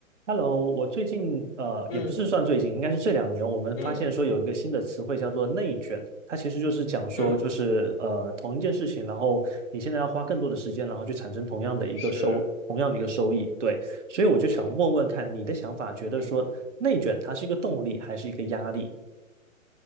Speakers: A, on the right; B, on the left.
A: Hello，我最近呃也不是算最近，
B: 嗯
A: 应该是这两年，我们发现说有一个新的词汇叫做内卷，
B: 嗯
A: 它其实就是讲说就是呃同一件事情，
B: 嗯，
A: 然后你现在要花更多的时间，然后去产生同样的一个收同样的一个收益，
B: 是，
A: 对，所以我就想问问看你的想法，
B: 对，
A: 觉得说内卷它是一个动力还是一个压力？
B: 嗯。